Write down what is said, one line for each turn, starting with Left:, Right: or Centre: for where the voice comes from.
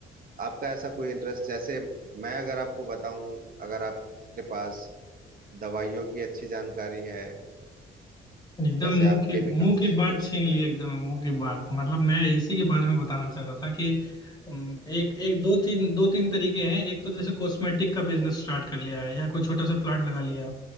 Right: आपका ऐसा कोई इंटरेस्ट जैसे मैं अगर आपको बताऊं अगर आपके पास दवाइयों की अच्छी जानकारी है
Left: एकदम
Right: जैसे
Left: मुंह
Right: आप
Left: की
Right: केमिकल
Left: मुंह की
Right: से
Left: बात
Right: कुछ
Left: छीन
Right: किया
Left: ली एकदम मुंह की बात मतलब मैं इसी के बारे में बताना चाह रहा था कि अम, एक एक दो तीन दो तीन तरीके हैं एक तो जैसे कॉस्मेटिक का बिजनेस स्टार्ट कर लिया है या कोई छोटा सा प्लांट लगा लिया